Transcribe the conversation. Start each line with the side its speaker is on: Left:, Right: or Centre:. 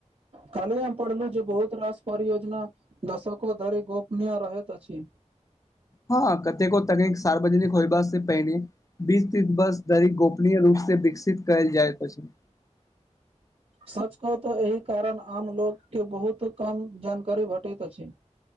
Right: काली हम पढ़लु जे बहुत रास पर योजना दशक धरि गोपनीय रहैत अछि
Left: हँ कतेको तक सार्वजनिक होयब से पहिने बीस ती बस धरी गोपनीय रूप से विकसित कल जाइ प <inaudible>
Right: सच कहु तऽ एहि कारण आम लोगके बहुत कम जानकारी भेटैत अछि